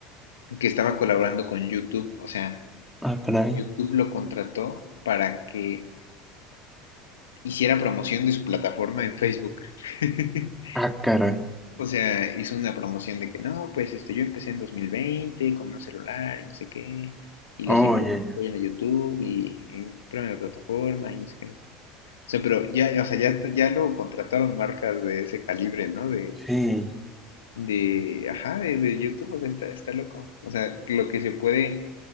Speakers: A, on the left; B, in the centre.
A: Que estaba colaborando con YouTube, o sea,
B: Ah, caray.
A: YouTube lo contrató para que hiciera promoción de su plataforma en Facebook. <laughs>
B: Ah, caray.
A: O sea, hizo una promoción de que no, pues este, yo empecé en 2020 con un celular y no sé qué, y
B: Oye,
A: los invito, vayan a YouTube y, y prueben la plataforma y no sé qué, no sé qué. O sea, pero ya, ya, o sea, ya, ya lo contrataron marcas de ese calibre, ¿no? De,
B: sí.
A: de, ajá, de, de YouTube, o sea, está, está loco. O sea, lo que se puede